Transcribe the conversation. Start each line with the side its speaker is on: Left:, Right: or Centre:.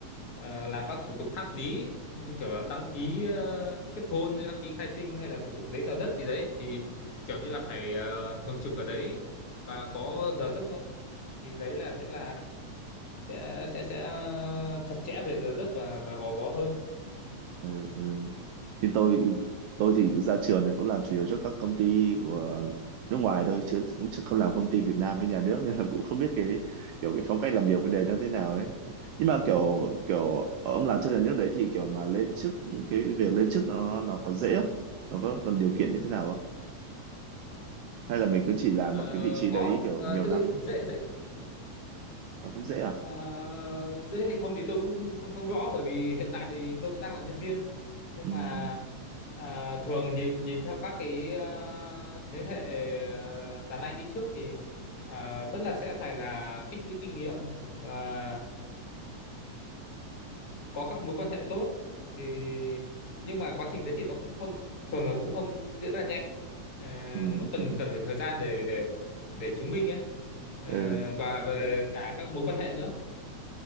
Left: ờ, làm các thủ tục pháp lý như kiểu là đăng ký ờ, kết hôn hay đăng ký khai sinh hay là thủ tục giấy tờ đất gì đấy thì kiểu như là phải ờ, thường trực ở đấy và có giờ giấc nó thì đấy là sẽ là sẽ sẽ sẽ ờ, chặt chẽ về giờ giấc và và gò bó hơn
Right: ừ, ừ. thì tôi tôi thì ra trường thì cũng làm chủ yếu cho các công ty của nước ngoài thôi chứ cũng chứ không làm công ty Việt Nam với nhà nước <laughs> nên là cũng không biết cái kiểu cái phong cách làm việc bên đấy nó thế nào ấy nhưng mà kiểu kiểu ông làm trong nhà nước đấy thì kiểu mà lên chức cái việc lên chức nó nó có dễ không nó có cần điều kiện như thế nào không hay là mình cứ chỉ làm
Left: Ờ,
Right: một cái vị trí đấy
Left: có
Right: kiểu
Left: ờ,
Right: nhiều
Left: tự
Right: năm ấy
Left: dễ dễ
Right: nó cũng dễ à
Left: Ờ, dễ hay không thì tôi cũng không, không không rõ bởi vì hiện tại thì tôi vẫn đang là nhân viên nhưng
Right: ừ,
Left: mà à, thường nhìn nhìn theo các cái à, thế hệ à, đàn anh đi trước thì à, vẫn là sẽ phải là tích lũy kinh nghiệm và có các mối quan hệ tốt thì nhưng mà quá trình đấy thì nó cũng không thường là cũng không diễn ra nhanh Ờ,
Right: ừ.
Left: nó cần
Right: <laughs>
Left: cần phải thời gian để để để chứng minh ấy Ờ,
Right: ừ.
Left: và về cả các mối quan hệ nữa